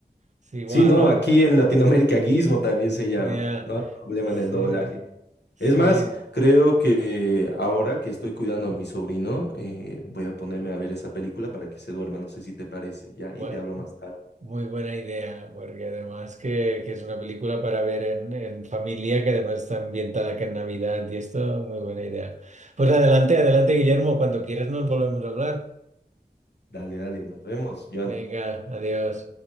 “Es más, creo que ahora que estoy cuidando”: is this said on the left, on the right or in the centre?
Left